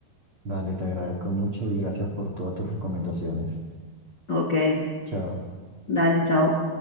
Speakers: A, on the right; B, on the left.
A: Vale, te agradezco mucho y gracias por todas tus recomendaciones.
B: Ok,
A: Chao.
B: dale, chao.